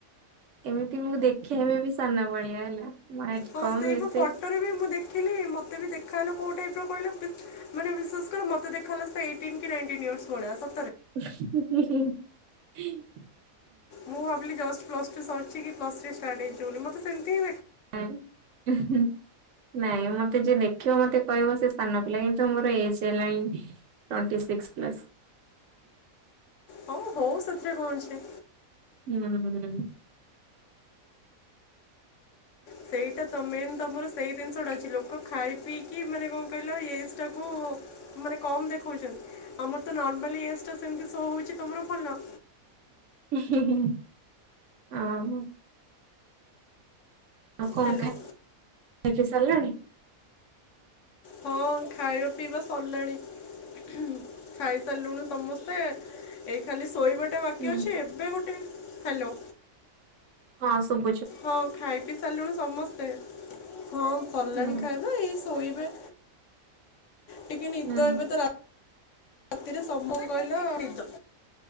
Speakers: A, on the right; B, on the left.
A: ଏମିତି ମୁଁ ଦେଖିବା ବି ସାନ ଭଳିଆ ହେଲା, ହାଇଟ
B: ହଁ
A: କମ୍
B: ସେଇବା
A: ଇଏ ସିଏ
B: ଫଟୋରେ ବି ମୁଁ ଦେଖିଲି ମତେ ବି ଦେଖ ଦେଖାଗଲା କୋଉ ଟାଇପର ମୁଁ ମାନେ ବିଶ୍ୱାସ କର ଦେଖାଗଲା ଏଇଟିନ୍ କି ନାଇଣ୍ଟିନ୍ ଇଅରସ ଭଳିଆ ସ
A: ଉ ହୁଁ ହୁଁ ହୁଁ,
B: ମୁଁ ଭାବିଲି ଯଷ୍ଟ ପ୍ଲସ ଟୁ ସରିଛି କି ପ୍ଲସ ଥ୍ରୀ ଷ୍ଟାଟ ହେଇଚି ବୋଲି ସେମିତିିଁ
A: ଆନ୍ ହଁ ହୁଁ ନାଇଁ ମୋତେ ଯିଏ ଦେଖିବ ମୋତେ କହିବ ସେ ସାନ ପିଲା କିନ୍ତୁ ମୋର ଏଜ୍ ହେଲାଣି ଟୋଣ୍ଟି ସିକ୍ସ ପ୍ଲସ୍,
B: ହଉ ହଉ ସେଥିରେ କଣ ଅଛି,
A: ହୁଁ,
B: ସେଇଟା ତମେ ତମର ସେଇ ଜିନିଷଟା ଅଛି ଲୋକ ଖାଇ ପିଇକି ମାନେ କଣ କହିଲ ଏଜଟା କୁ ମାନେ କମ ଦେ ଖୁଛନ୍ତି ଆମର ତ ନର୍ମାଲି ଏଜଟା ସେମ ହେଉଛି ତୁମର ଭଲ?
A: ଉଁ ହୁଁହୁଁ ଆଉ କଣ
B: ହ୍ୟାଲୋ।
A: ଖାଇ ପିଇ ସାରିଲଣି।
B: ହଁ ଖାଇବା ପିଇବା ସରିଲାଣି -ଖାଇସାରିଲୁଣୁ ସମସ୍ତେ। ଏ -ଏଇ ଖାଲି ଶୋଇବାଟା
A: ହୁଁ
B: ବାକି ଅଛି ଏବେ ଗୋଟେ। ହ୍ୟାଲୋ।
A: ହଁ ସବୁ।
B: ହଁ ଖାଇ ପିଇ ସାରିଲୁଣୁ ସମସ୍ତେ। ହଁ ସରିଲାଣି
A: ହୁଁ
B: ଖାଇବା ଏଇ ଶୋଇବେ ଟିକେ ନିଦ
A: ହୁଁ
B: ଏବେ ତ ରା ରାତିରେ ସମ୍ଭବ କହିଲେ ତ ନିଦ